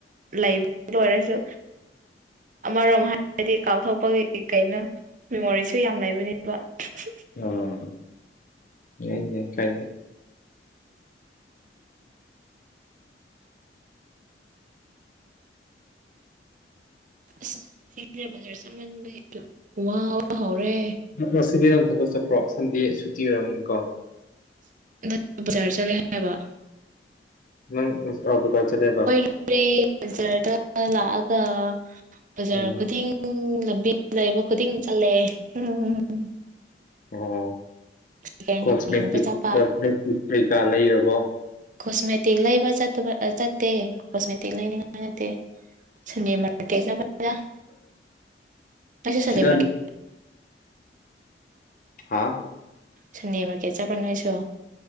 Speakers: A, on the right (about 45°); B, on the left (about 50°).
A: ꯂꯩꯕꯗ ꯑꯣꯏꯔꯁꯨ
B: <unintelligible>
A: ꯑꯃꯔꯣꯝ ꯍꯥꯏꯔꯗꯤ ꯀꯥꯎꯊꯣꯛꯄꯒꯤ ꯀꯩꯅꯣ ꯃꯦꯃꯣꯔꯤꯁꯨ ꯌꯥꯝ ꯂꯩꯕꯅꯦꯕ꯫ <unintelligible>
B: ꯎꯝ ꯌꯥꯏ ꯌꯥꯏ ꯀꯥꯏꯗꯦ
A: ꯑꯁ ꯍꯧꯖꯤꯛꯁꯦ ꯕꯖꯥꯔ ꯆꯠꯃꯟꯕꯒꯤ ꯋꯥꯕ ꯍꯧꯔꯦ
B: ꯉꯥꯁꯤꯗ ꯅꯪ ꯊꯕꯛ ꯆꯠꯄ꯭ꯔꯣ ꯁꯟꯗꯦ ꯁꯨꯇꯤ ꯑꯣꯏꯔꯝꯒꯥꯅꯤꯀꯣ
A: ꯅꯠ ꯕꯖꯥꯔ ꯆꯠꯂꯦ ꯍꯥꯏꯕ
B: ꯅꯪ ꯑꯥ ꯕꯖꯥꯔ ꯆꯠꯂꯦꯕꯥ
A: <unintelligible> ꯕꯖꯥꯔꯗ ꯂꯥꯛꯑꯒ ꯕꯖꯥꯔ
B: ꯎꯝ
A: ꯈꯨꯗꯤꯡ ꯎꯝ ꯂꯝꯕꯤ ꯂꯩꯕ ꯈꯨꯗꯤꯡ ꯆꯠꯂꯦ <unintelligible>
B: ꯑꯣ
A: ꯁꯦꯀꯦꯟ
B: ꯀꯣꯁꯃꯦꯇꯤꯛ
A: ꯍꯦꯟ ꯌꯦꯡꯕ ꯆꯠꯄ
B: ꯀꯣꯁꯃꯦꯇꯤꯛ ꯀꯩꯀꯥ ꯂꯩꯔꯕꯣ
A: ꯀꯣꯁꯃꯦꯇꯤꯛ ꯂꯩꯕ ꯆꯠꯇꯕ ꯆꯠꯇꯦ ꯀꯁꯃꯦꯇꯤꯛ ꯂꯩꯅꯤꯡꯉꯥꯏ ꯅꯠꯇꯦ ꯁꯟꯗꯦ ꯃꯔꯀꯦꯗ ꯆꯠꯄꯅꯤꯗ ꯅꯪꯁꯨ ꯁꯟꯗꯦ
B: ꯁꯤꯗ
A: ꯃꯔꯀꯦꯠ
B: ꯂꯨ- ꯍꯥꯥ
A: ꯁꯟꯗꯦ ꯃꯥꯔꯀꯦꯠ ꯆꯠꯄ꯭ꯔ ꯅꯣꯏꯁꯨ